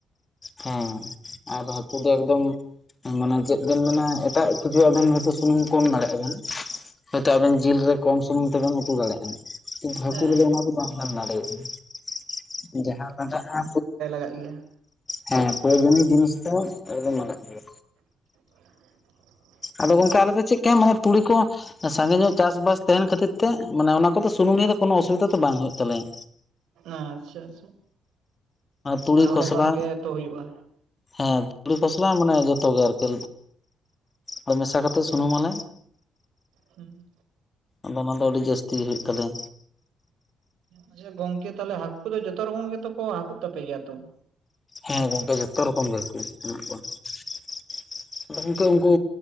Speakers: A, on the left; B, on the right.
A: ᱦᱮᱸ ᱟᱨᱚ ᱦᱟᱹᱠᱩ ᱫᱚ ᱮᱠᱫᱚᱢ ᱢᱟᱱᱮ ᱪᱮᱫ ᱵᱮᱱ ᱢᱮᱱᱟ ᱮᱴᱟᱜ ᱠᱤᱪᱷᱩ ᱟᱵᱮᱱ ᱦᱚᱭᱛᱚ ᱥᱩᱱᱩᱢ ᱠᱚᱢ ᱫᱟᱲᱮᱭᱟᱜ ᱟᱵᱮᱱ ᱦᱳᱭᱛᱚ ᱟᱵᱮᱱ ᱡᱤᱞ ᱨᱮ ᱠᱚᱢ ᱥᱩᱱᱩᱢ ᱛᱮᱵᱮᱱ ᱩᱛᱩ ᱫᱟᱲᱮᱭᱟᱜᱼᱟ ᱵᱷᱟᱹᱠᱩ
B: ᱦᱮᱸ
A: ᱨᱮᱜᱮ ᱚᱱᱟ ᱫᱚ ᱵᱟᱢ ᱮᱢᱫᱟᱲᱮᱜ-ᱟ ᱡᱟᱦᱟᱸ ᱞᱟᱜ-ᱟ
B: ᱠᱟᱜ ᱜᱮᱭᱟ
A: ᱦᱮᱸ <unintelligible> ᱡᱤᱱᱤᱥ ᱫᱚ ᱟᱹᱞᱟᱹ ᱢᱟᱞᱟᱜ ᱜᱮᱭᱟ
B: <inaudible>
A: ᱟᱫᱚ ᱜᱚᱝᱠᱮ ᱟᱞᱮ ᱫᱚ ᱪᱮᱫ ᱞᱮᱠᱟ ᱢᱟᱱᱮ ᱛᱩᱲᱤ ᱠᱚ ᱥᱟᱸᱜᱮ ᱧᱚᱜ ᱪᱟᱥᱵᱟᱥ ᱛᱟᱦᱮᱱ ᱠᱷᱟᱹᱛᱤᱨ ᱛᱮ ᱢᱟᱱᱮ ᱚᱱᱟ ᱠᱚ ᱥᱩᱱᱩᱢ ᱱᱤᱭᱟᱹ ᱫᱚ ᱠᱳᱱᱳ ᱚᱥᱩᱵᱤᱫᱷᱟ ᱫᱚ ᱵᱟᱝ ᱦᱩᱭᱩᱜ ᱛᱟᱞᱮᱭᱟ
B: ᱟᱪᱪᱷᱟ ᱟᱪᱪᱷᱟ
A: ᱛᱩᱲᱤ
B: ᱢᱟᱱᱮ ᱚᱸᱰᱮ
A: ᱠᱷᱚᱥᱞᱟ
B: ᱠᱷᱚᱱ ᱜᱮ ᱩᱛᱩ ᱦᱩᱭᱩᱜ-ᱟ
A: ᱦᱮᱸ ᱛᱩᱲᱤ ᱠᱷᱚᱥᱞᱟ ᱢᱟᱱᱮ ᱡᱚᱛᱚ ᱜᱮ ᱟᱨᱠᱤ ᱫᱚ ᱢᱮᱥᱟ ᱠᱟᱛᱮᱫ ᱥᱩᱱᱩᱢᱟᱞᱮ
B: ᱦᱩᱸ
A: ᱟᱫᱚ ᱚᱱᱟ ᱫᱚ ᱟᱹᱰᱤ ᱡᱟᱹᱥᱛᱤ ᱜᱮ ᱦᱩᱭᱩᱜ ᱛᱟᱞᱮᱭᱟ
B: ᱟᱪᱪᱷᱟ ᱜᱚᱝᱠᱮ ᱛᱟᱦᱚᱞᱮ ᱦᱟᱹᱠᱩ ᱫᱚ ᱡᱚᱛᱚ ᱨᱚᱠᱚᱢ ᱜᱮᱛᱚ ᱠᱚ ᱦᱟᱠᱩᱜ ᱛᱟᱯᱮ ᱜᱮᱭᱟ ᱛᱚ
A: ᱦᱮᱸ ᱜᱚᱝᱠᱮ ᱡᱚᱛᱚ ᱨᱚᱠᱚᱢ ᱜᱮᱠᱩ ᱦᱩᱭᱩᱜ-ᱟ <unintelligible> ᱟᱫᱚ ᱜᱚᱢᱠᱮ ᱩᱱᱠᱩ